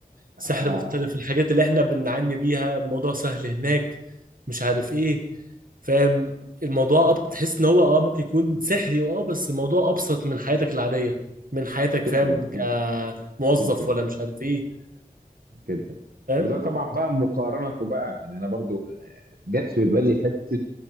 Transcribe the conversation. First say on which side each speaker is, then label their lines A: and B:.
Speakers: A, on the right (about 85°); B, on the right (about 70°).
A: آه
B: سحر مختلف الحاجات اللي احنا بنعاني بيها الموضوع سهل هناك مش عارف ايه فاهم الموضوع اه بتحس ان هو اه ممكن يكون سحري اه بس الموضوع ابسط من حياتك العادية من حياتك
A: جدا
B: فاهم
A: جدا
B: كموظف
A: جدا
B: ولا مش عارف ايه
A: جدا
B: فاهم
A: وده طبعا بقى مقارنته بقى يعني انا برضو آه، جت في بالي حته